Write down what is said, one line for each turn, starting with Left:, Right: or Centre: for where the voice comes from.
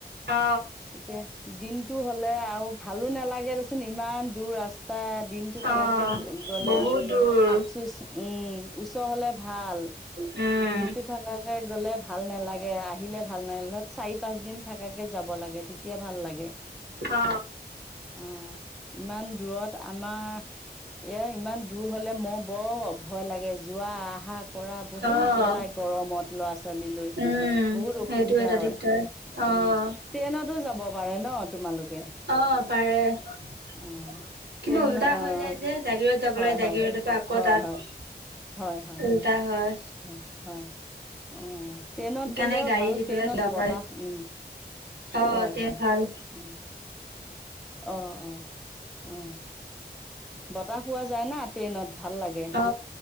Right: অ।
Centre: এতিয়া দিনতটো হ'লে আৰু ভালো নালাগে দেচোন ইমান দূৰ ৰাস্তাত। দিনতটো থকাকে
Right: অ',
Centre: গলে
Right: বহুত দূৰ
Centre: আফচুচ উম ওচৰ হলে ভাল।
Right: উম।
Centre: দিনটো থকাকৈ গ'লে ভাল নালাগে আহিলে ভাল নালাগে চাৰি পাঁচদিন থকাকৈ যাব লাগে তে। তিয়া ভাল লাগে।
Right: অ।
Centre: অ ইমান দূৰত। আমাৰ ইয়ে ইমান দূৰ হলে মোৰ বৰ ভয় লাগে যোৱা আহা। কৰা বহুত
Right: অ',
Centre: জ্বালাই গৰমত। লৰা ছোৱালী লৈ
Right: উম,
Centre: বহুত অসুবিধা
Right: সেইটো এটা
Centre: হয়
Right: দিগদাৰ অ',
Centre: উম ট্ৰেইনতো যা। ব পাৰে ন তোমালোকে।
Right: আহ পাৰে। কিন্তু
Centre: অ', ট্ৰেইন
Right: উল্টা
Centre: অ',
Right: হৈ যায় যে জাগিৰত যাব
Centre: হয়,
Right: লাগে জাগিৰততো
Centre: হয়।
Right: আকৌ
Centre: হয়,
Right: তাত,
Centre: হয়, হয়, হয়,
Right: উম। তা হয়।
Centre: হয় হয়, অ ট্ৰেইনত
Right: সেইকাৰণে
Centre: গ'লেও
Right: গাড়ী
Centre: ভাল
Right: দি পেলাই
Centre: ট্ৰেইনত
Right: যাব পাৰে
Centre: বতাহ উম।
Right: অ
Centre: হয়
Right: তে
Centre: হয়
Right: ভাল
Centre: উম, অ অ অ। বতাহ পোৱা যায় না ট্ৰেইনত ভাল লাগে,
Right: অ